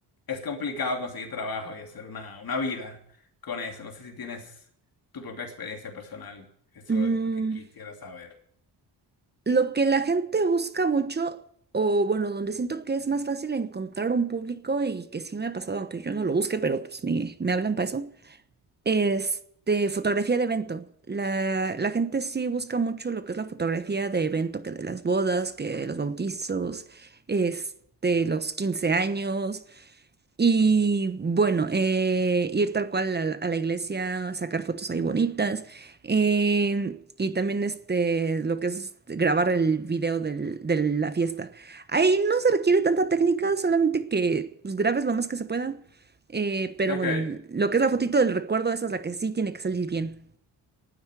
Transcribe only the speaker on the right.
Mm,
Lo que la gente busca mucho, o bueno, donde siento que es más fácil encontrar un público y que sí me ha pasado, aunque yo no lo busque, pero pues me, me hablan para eso, este, fotografía de evento. La, la gente sí busca mucho lo que es la fotografía de evento, que de las bodas, que de los bautizos, este, los 15 años. Y bueno, eh, ir tal cual a, la a la iglesia, sacar fotos ahí bonitas. em, y también este, lo que es grabar el video del- de la fiesta. Ahí no se requiere tanta técnica, solamente que pues, grabes lo más que se pueda. eh, pero
bueno, lo que es la fotito del recuerdo, esa es la que sí tiene que salir bien.